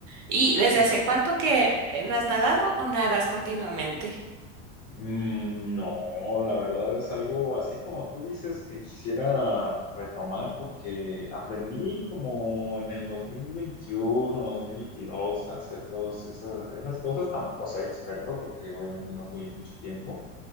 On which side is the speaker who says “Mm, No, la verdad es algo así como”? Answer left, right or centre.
Left